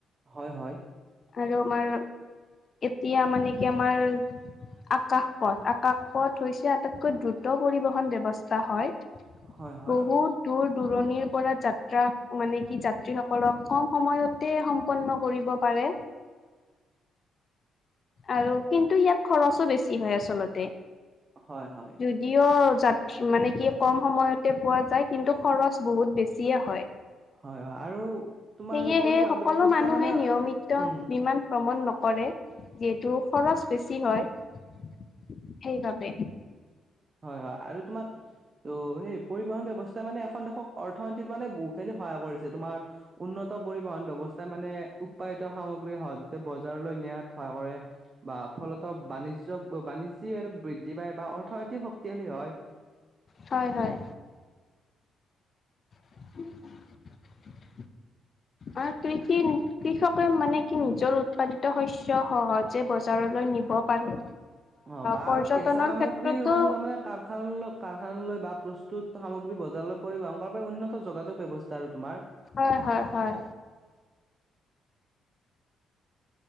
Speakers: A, on the right (about 35°); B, on the left (about 45°).
A: হয় হয়
B: আৰু আমাৰ এতিয়া মানে কি আমাৰ আকাশ পথ আকাশ পথ হৈছে আটাইতকৈ দ্ৰুত পৰিবহন ব্যৱস্থা হয়
A: হয় হয়
B: বহুত দূৰ দূৰণিৰ পৰা যাত্ৰা মানে কি যাত্ৰীসকলক কম সময়তে সম পন্ন কৰিব পাৰে আৰু কিন্তু ইয়াত খৰচো বেছি হয় আচলতে
A: হয় হয়।
B: নিয়ৰ জাত মানে কি কম সময়তে পোৱা যায় কিন্তু খৰচ বহুত বেছিয়ে হয়।
A: হয় হয় আৰু তোমাৰ
B: সেয়েহে
A: পৰিবহন
B: সকলো
A: ব্যৱস্থা
B: মানুহে
A: মানে
B: নিয়মিত
A: উম
B: ইমান ভ্ৰমণ নকৰে যিহেতু খৰচ বেছি হয়। সেইবাবে।
A: হয় হয় আৰু তোমাৰ আৰু সেই পৰিবহন ব্যৱস্থা মানে এখন দেশক অৰ্থনীতিত মানে বহুখিনি সহায় কৰিছে, তোমাৰ উন্নত পৰিবহন ব্যৱস্থাই মানে উৎপাদিত সামগ্ৰী সহজতে বজাৰলৈ নিয়াত সহায় কৰে। বা ফলত বাণিজ্যক বাণিজ্যিক আৰু বৃদ্ধি পায় বা অৰ্থনৈতিক শক্তিশালী হয়।
B: হয় হয়। <inaudible> আৰ কৃষি কৃষকে মানে কি নিজৰ উৎপাদিত শস্য সহজে বজাৰলৈ নিব পাৰে।
A: অ' বা
B: পৰ্যটনৰ
A: আৰু কেঁচা সামগ্ৰীসমূহ
B: ক্ষেত্ৰতো
A: তাৰমানে কাৰখানলৈ কাৰখানালৈ বা প্ৰস্তুত সামগ্ৰী বজাৰলৈ পৰিবহণ কৰাৰ বাবে উন্নত যোগাযোগ ব্যৱস্থা তাৰো তোমাৰ।
B: হয় হয় হয়।